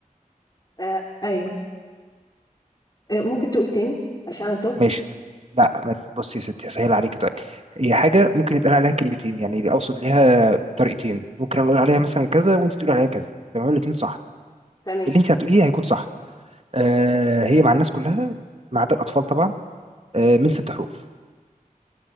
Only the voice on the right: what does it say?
ماشي لا ما بصي يا ستي هسهل عليكي دلوقتي هي حاجه ممكن يتقال عليها كلمتين يعني اقصد ليها طريقتين ممكن اقول عليها مثلا كذا وانت تقول عليها كذا تمام الاثنين صح
اللي انت هتقوليه هيكون صح آه هي مع الناس كلها ما عدا الاطفال طبعا آه من ست حروف